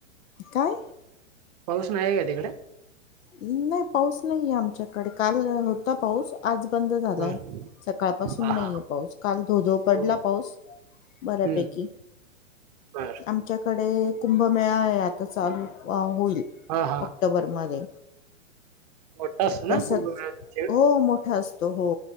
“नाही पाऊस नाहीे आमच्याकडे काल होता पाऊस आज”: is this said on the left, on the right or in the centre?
Left